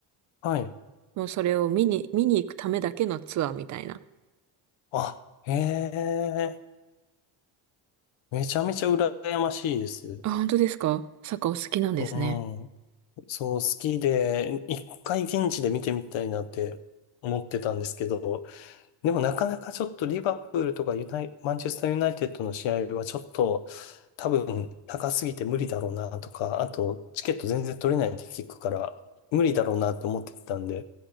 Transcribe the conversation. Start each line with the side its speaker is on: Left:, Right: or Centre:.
Left: はい。
Right: もうそれを見に、見に行くためだけのツアーみたいな。
Left: あ、へえ、めちゃめちゃ羨ましいです。
Right: あ、本当ですかサッカーお好きなんですね。
Left: うん。そう、好きで、一回現地で見てみたいなって思ってたんですけど、でもなかなかちょっとリバプールとかユナイ、マンチェスターユナイテッドの試合はちょっと多分高すぎて無理だろうなとか、あとチケット全然取れないって聞くから無理だろうなって思ってたんで、